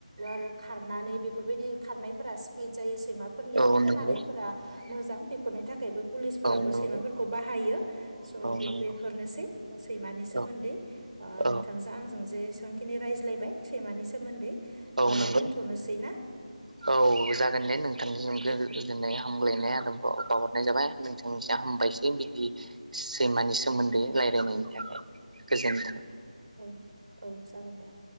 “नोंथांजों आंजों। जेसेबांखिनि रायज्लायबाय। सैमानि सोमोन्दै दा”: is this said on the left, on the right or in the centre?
Right